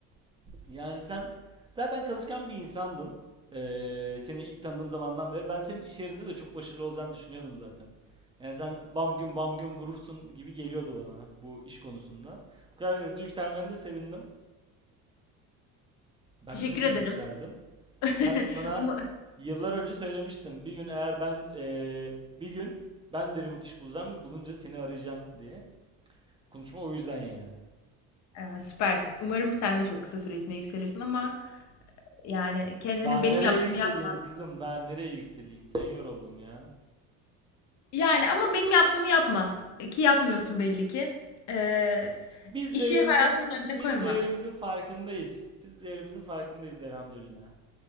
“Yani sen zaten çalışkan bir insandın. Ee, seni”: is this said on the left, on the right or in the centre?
Right